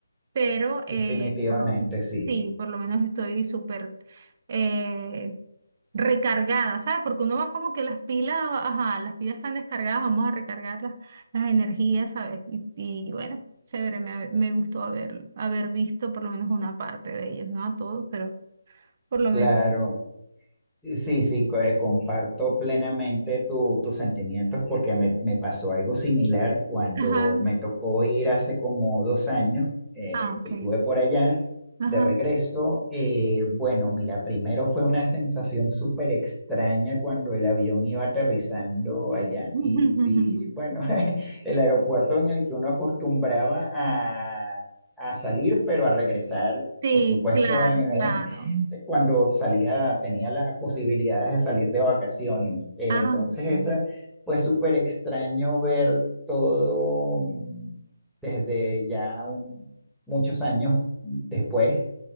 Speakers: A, on the right; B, in the centre.
A: pero eh,
B: definitivamente
A: por lo menos,
B: sí.
A: sí, por lo menos estoy súper eh, recargada, ¿sabes? Porque uno va como que las pilas, ajá, las pilas están descargadas, vamos a recargar las, las energías, ¿sabes? Y, y bueno, chévere, me, me gustó haber, haber visto por lo menos una parte de ellos, no a todos, pero por lo
B: Claro,
A: menos.
B: Eh, Sí, sí, co- eh, comparto plenamente tu- tus sentimientos porque me, me pasó algo similar cuando
A: Ajá,
B: me tocó ir hace como dos años eh,
A: ah, ok,
B: que estuve por allá
A: ajá.
B: de regreso. Eh, bueno, mira, primero fue una sensación súper extraña cuando el avión iba aterrizando allá
A: <laughs>
B: y vi, bueno, <laughs> el aeropuerto en el que uno acostumbraba a, a salir, pero a regresar,
A: Sí,
B: por supuesto,
A: claro,
B: en,
A: claro.
B: eh, eh, cuando salía, tenía las posibilidades de salir de vacaciones. Eh,
A: Ah,
B: entonces,
A: ok.
B: esa fue súper extraño ver todo mm, desde ya un- muchos años después.